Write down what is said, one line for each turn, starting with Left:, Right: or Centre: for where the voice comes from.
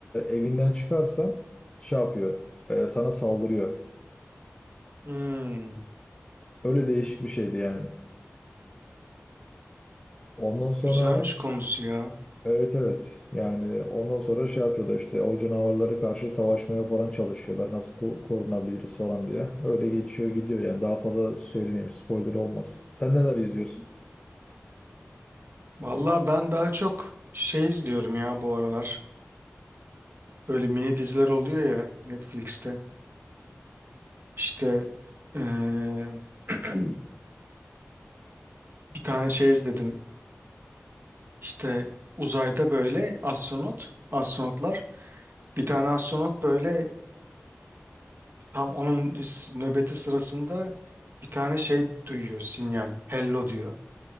Left: evinden çıkarsan şey yapıyor. e, sana saldırıyor.
Right: Hmm,
Left: Öyle değişik bir şeydi yani. Ondan sonra
Right: güzelmiş konusu ya.
Left: evet evet yani ondan sonra şey yapıyorlar işte o canavarlara karşı savaşmaya falan çalışıyorlar nasıl ko- korunabiliriz falan diye. Öyle geçiyor gidiyor yani daha fazla söylemeyeyim spoiler olmasın. Sen neler izliyorsun?
Right: Valla ben daha çok şey izliyorum ya bu aralar. Böyle mini diziler oluyor ya Netflix'te. İşte eee, <clears throat> bir tane şey izledim. İşte uzayda böyle astronot, astronotlar. Bir tane astronot böyle Tam onun nöbeti sırasında bir tane şey duyuyor sinyal. Hello diyor.